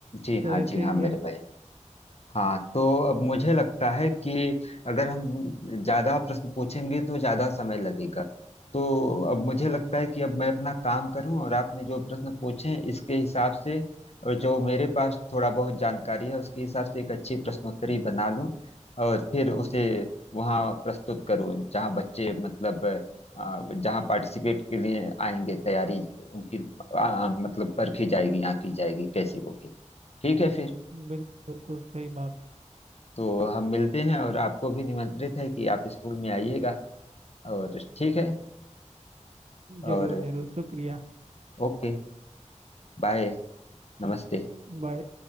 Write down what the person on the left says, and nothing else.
जी हाँ
जी हाँ
मेरे
भाई हाँ तो अब मुझे लगता है कि अगर हम ज्यादा प्रश्न पूछेंगे तो ज्यादा समय लगेगा तो अब मुझे लगता है कि अब मैं अपना काम करूं और आपने जो प्रश्न पूछे इसके हिसाब से और जो मेरे पास थोड़ा बहुत जानकारी है उसके हिसाब से एक अच्छी प्रश्नोत्तरी बना लूं और फिर उसे वहां प्रस्तुत करूं जहां बच्चे मतलब अ, जहां पार्टिसिपेट के लिए आएंगे तैयारी उनकी अ, मतलब परखी जाएगी आंकी जाएगी कैसी होगी ठीक है फिर
तो हम मिलते हैं और आपको भी निमंत्रित है कि आप स्कूल में आइएगा और ठीक है और
ओके बाय नमस्ते